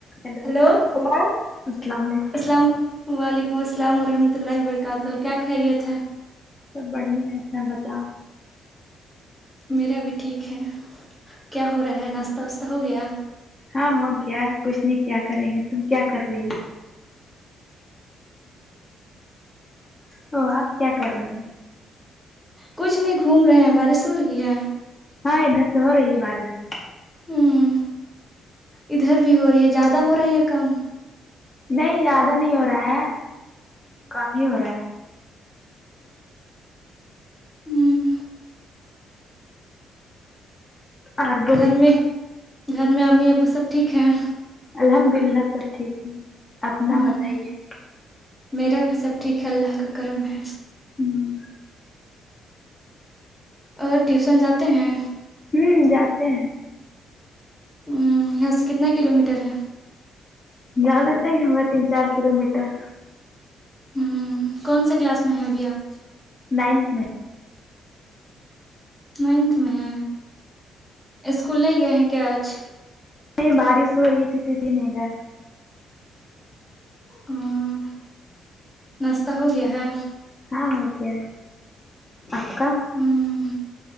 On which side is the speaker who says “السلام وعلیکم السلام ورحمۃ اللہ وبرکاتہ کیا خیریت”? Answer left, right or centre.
Centre